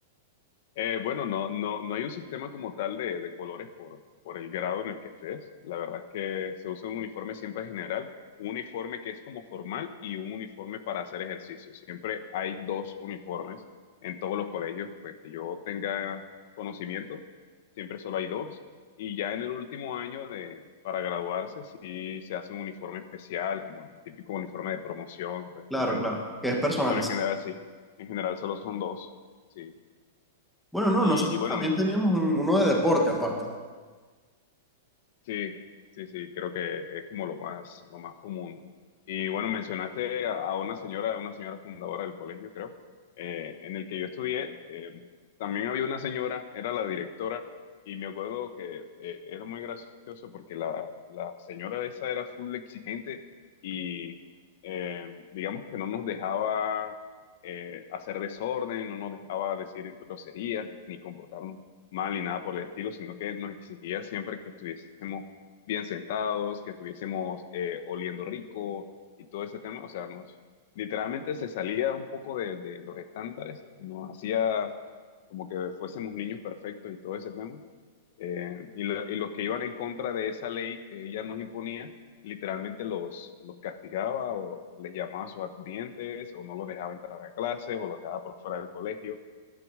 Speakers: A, on the left (about 60°); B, in the centre.
A: Eh, bueno, no, no, no hay un sistema como tal de, de colores por, por el grado en el que estés. La verdad es que se usa un uniforme siempre general, un uniforme que es como formal y un uniforme para hacer ejercicio. Siempre hay dos uniformes en todos los colegios, pues que yo tenga conocimiento, siempre solo hay dos. Y ya en el último año de, para graduarse, sí se hace un uniforme especial, como el típico uniforme de promoción, todo este
B: Claro,
A: tema.
B: claro, que es personalizado.
A: Pero en general sí, en general solo son dos, sí.
B: Bueno, no,
A: Y,
B: nosotros
A: y bueno.
B: también teníamos un- uno de deporte aparte.
A: Sí, sí, sí, creo que es como lo más, lo más común. Y bueno, mencionaste a, a una señora, a una señora fundadora del colegio, creo, eh, en el que yo estudié. eh, también había una señora, era la directora, y me acuerdo que eh, era muy gracioso porque la, la señora esa era full exigente y eh, digamos que no nos dejaba eh, hacer desorden, no nos dejaba decir groserías ni comportarnos mal ni nada por el estilo, sino que nos exigía siempre que estuviésemos bien sentados, que estuviésemos eh, oliendo rico y todo ese tema. O sea, nos literalmente se salía un poco de, de los estándares y nos hacía como que fuésemos niños perfectos y todo ese tema. Eh, y, lo- y los que iban en contra de esa ley que ella nos imponía, literalmente los, los castigaba o les llamaba a sus acudientes o no los dejaba entrar a clases o los dejaba por fuera del colegio.